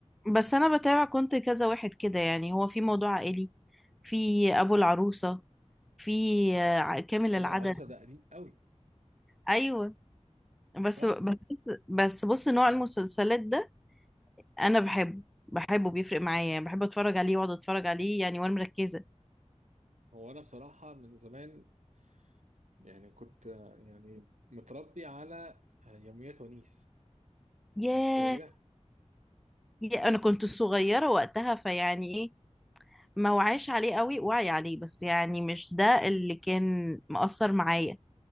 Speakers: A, in the centre; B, on the right.
A: بس انا بتابع كنت كذا واحد كده يعني هو في موضوع عائلي في ابو العروسه في آه، كامل
B: بس ابو
A: العدد
B: العروسة ده قديم قوي
A: ايوه بس
B: صح
A: بس بس بص نوع المسلسلات ده انا بحبه بحبه بيفرق معايا بحب اتفرج عليه واقعد اتفرج عليه يعني وانا مركزه
B: هو انا بصراحة من زمان يعني كنت آه، يعني متربي على آه، يوميات ونيس انت
A: ياه
B: متخيلة
A: يا انا كنت صغيره وقتها فيعني ايه ما وعيش عليه قوي وعي عليه بس يعني مش ده اللي كان مأثر معايا